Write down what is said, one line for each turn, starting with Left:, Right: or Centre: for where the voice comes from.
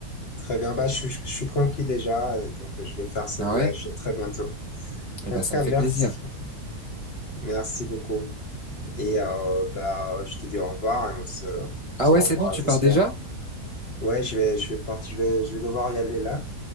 Left: très bien. Bah, je, je, je suis conquis déjà, euh, donc euh, je vais faire ce
Right: Ah
Left: voyage
Right: ouais?
Left: très bientôt.
Right: Eh
Left: En
Right: ben,
Left: tout
Right: ça
Left: cas,
Right: me fait
Left: merci,
Right: plaisir.
Left: merci beaucoup. Et euh, bah, je te dis au revoir et on se, se
Right: Ah ouais,
Left: revoit,
Right: c'est bon, tu pars
Left: j'espère.
Right: déjà?
Left: Ouais, je vais, je vais partir, je vais, je vais devoir y aller là